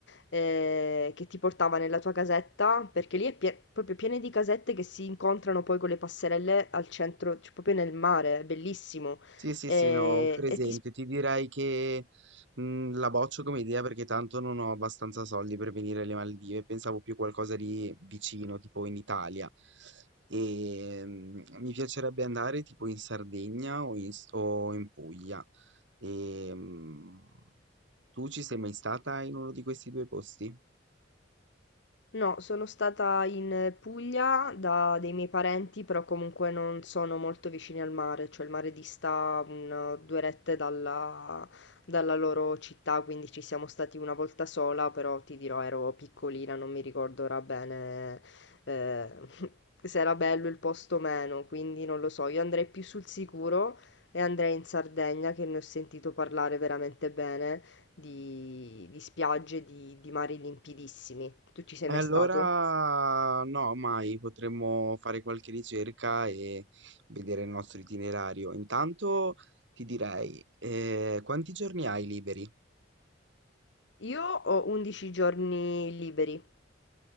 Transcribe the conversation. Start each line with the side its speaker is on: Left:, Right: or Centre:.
Left: eh, che ti portava nella tua casetta, perché lì è pie- proprio piena di casette che si incontrano poi con le passerelle al centro, cioè proprio nel mare, è bellissimo.
Right: Sì, sì,
Left: Eh,
Right: sì, no, ho presente.
Left: E, ti
Right: Ti direi che mh, la boccio come idea perché tanto non ho abbastanza soldi per venire alle Maldive. Pensavo più qualcosa di vicino, tipo in Italia. E mh, mi piacerebbe andare tipo in Sardegna o in, S- o in Puglia. E, mh, tu ci sei mai stata in uno di questi due posti?
Left: No, sono stata in Puglia da dei miei parenti, però comunque non sono molto vicini al mare, cioè il mare dista un, due rette dalla, dalla loro città, quindi ci siamo stati una volta sola, però ti dirò ero piccolina, non mi ricordo ora bene eh, <laughs> se era bello il posto o meno, quindi non lo so, io andrei più sul sicuro e andrei in Sardegna che ne ho sentito parlare veramente bene di, di spiagge, di, di mari limpidissimi. Tu ci sei
Right: Allora
Left: mai stato?
Right: no, mai. Potremmo fare qualche ricerca e vedere il nostro itinerario. Intanto ti direi, eh, quanti giorni hai liberi?
Left: Io ho 11 giorni liberi,